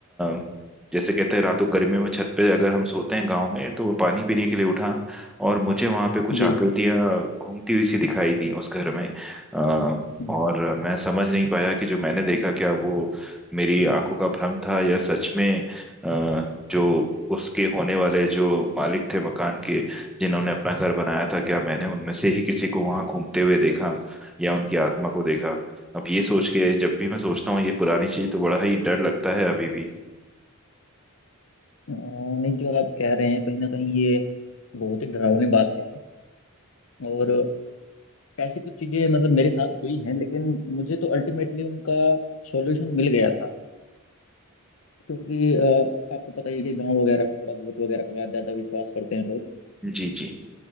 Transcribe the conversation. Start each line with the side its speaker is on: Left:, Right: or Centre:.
Centre: अ, जैसे कहते हैं रातों गर्मियों में छत पे अगर हम सोते हैं गांव में तो मैं पानी पीने के लिए उठा और मुझे वहां पे कुछ
Left: जी
Centre: आकृतियां घूमती हुई सी दिखाई दी उस घर में अ,
Left: हम्म।
Centre: और मैं समझ नहीं पाया कि जो मैंने देखा क्या वो मेरी आंखों का भ्रम था या सच में अ, जो उसके होने वाले जो मालिक थे मकान के जिन्होंने अपना घर बनाया था क्या मैंने उनमें से ही किसी को वहां घूमते हुए देखा या उनकी आत्मा को देखा अब ये सोच के जब भी मैं सोचता हूँ ये पुरानी चीज तो बड़ा ही डर लगता है अभी भी
Left: अ, नहीं जो आप कह रहे हैं कहीं ना कहीं ये बहुत ही डरावनी बात है और ऐसी कुछ चीजें मतलब मेरे साथ हुई हैं लेकिन मुझे तो अल्टीमेटली उनका सॉल्यूशन मिल गया था क्योंकि अ, आपको पता ही है कि गांव वगैरह में थोड़ा भूत वगैरह का ज्यादा विश्वास करते हैं लोग
Centre: जी जी